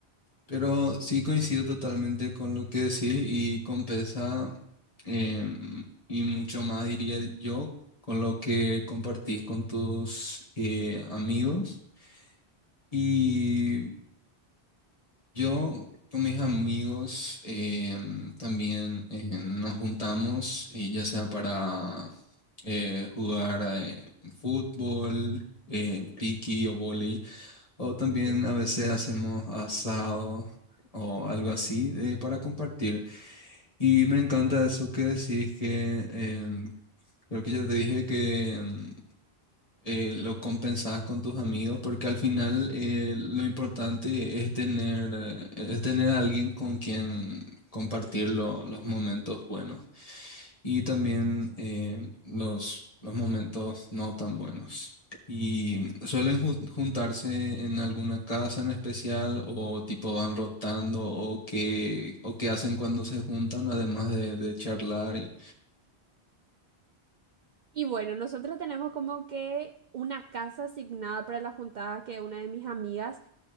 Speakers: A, on the left; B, on the right.
A: Pero sí coincido totalmente con lo que decís y compensa eh, y mucho más diría yo con lo que compartís con tus eh, amigos. Y yo con mis amigos eh, también eh, nos juntamos eh, ya sea para eh, jugar eh, fútbol, eh, piqui o vóley. O también
B: Ujú.
A: a veces hacemos asado o algo así eh, para compartir. Y me encanta eso que decís que em, creo que ya te dije que em, eh, lo compensás con tus amigos porque al final eh, lo importante es tener eh, es tener a alguien con quien compartir lo- los momentos buenos y también eh, los, los momentos no tan buenos. Y suelen ju- juntarse en alguna casa en especial o tipo van rotando o qué, o qué hacen cuando se juntan, además de, de charlar. y-
B: Y bueno, nosotros tenemos como que una casa asignada para la juntada que una de mis amigas